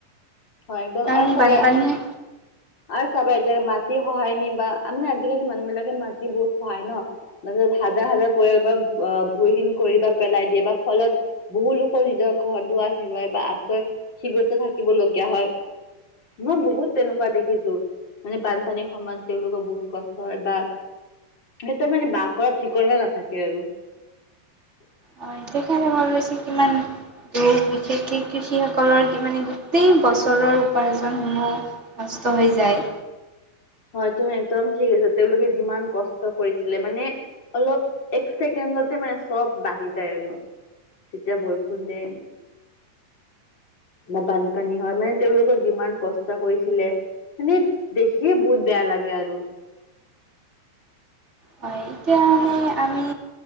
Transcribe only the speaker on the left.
হয় একদম
আৰু চবেই
আৰু চাবা এতিয়া মাটি খহায় নি মানে আজিকালি মানুহবিলাকে মাটি বহুত খহাই ন'। তাৰপাছত হাজাৰ হাজাৰ পৰিয়াল বা আহ, ভূমিহীন কৰি বা পেলাই দিয়ে বা ফলত বহুলোকৰ নিজৰ ঘৰ দুৱাৰ হেৰুৱাই বা আশ্ৰয় শিবিৰতো থাকিবলগীয়া হয়। মই বহুত তেনেকুৱা দেখিছোঁ। মানে বানপানীৰ সময়ত তেওঁলোকৰ বহুত কষ্ট হয় বা সিহঁতৰ মানে বাস কৰা ঠিকনা নাথাকে আৰু।
হয় তুমি একদম ঠিক <unintelligible> তেওঁলোকে যিমান কষ্ট কৰিছিলে মানে অলপ এক কেণ্ডতে মানে চব বাঢ়ি যায় আৰু। তেতিয়া বৰষুণ দে বা বানপানী হয়, মানে তেওঁলোকৰ যিমান কষ্ট কৰিছিলে মানে দেখি খি বহুত বেয়া লাগে আৰু।